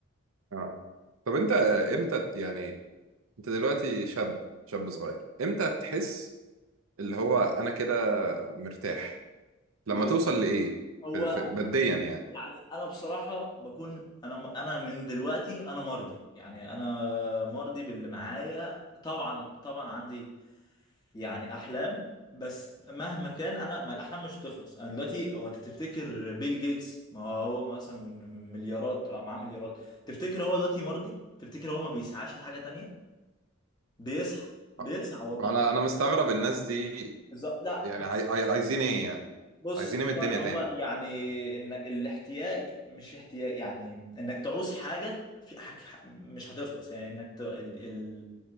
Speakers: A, on the right; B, on the left.
A: اه طب انت امتى ت- يعني انت دلوقتي شاب شاب صغير امتى تحس اللي هو انا كده مرتاح لما
B: بص
A: توصل لايه
B: هو
A: في في بديا يعني
B: يعني انا بصراحه بكون انا انا من دلوقتي انا مرضي يعني انا مرضي باللي معايا طبعا طبعا عندي يعني احلام بس مهما كان انا ما الاحلام مش هتخلص انا دلوقتي هو انت تفتكر بيل جيتس ما هو مثلا من مليارات معاه مليارات تفتكر هو دلوقتي مرضي تفتكر هو ما بيسعاش لحاجه تانية بيسعى بيسعى
A: آه.
B: والله
A: انا انا مستغرب الناس دي
B: بالظبط لا
A: يعني
B: ما
A: عاي- عاي- عايزين ايه يعني
B: بص
A: عايزين
B: هو
A: ايه من الدنيا
B: هو
A: تاني
B: يعني ان الاحتياج مش احتياج يعني انك تعوز حاجه في حاجة مش هتخلص يعني انك ت... ال... ال...